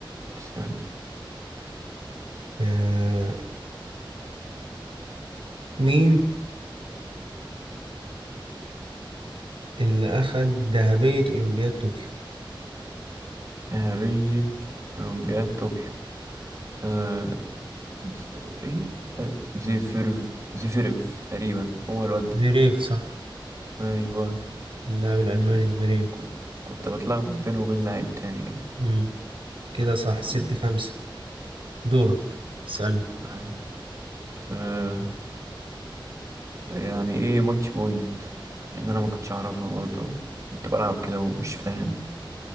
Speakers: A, on the right; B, on the right.
A: سلام.
B: آه مين اللي أخد ذهبية أولمبياد طوكيو
A: ذهبية أولمبياد طوكيو آه ز... إيه ف- زيفيرف زيفيرف تقريبا هو الواد ده
B: زverev صح
A: أيوه
B: اللاعب الألماني
A: عشان
B: زverev
A: ك- كنت كنت بتلخبط بينه وبين لعيب تاني كده
B: مم. كده صح ستة
A: ب-
B: خمسة دورك اسألني
A: آه. آه. يعني إيه ماتش بوينت لأن أنا ما كنتش أعرفها برضه كنت بلعب كده ومش فاهم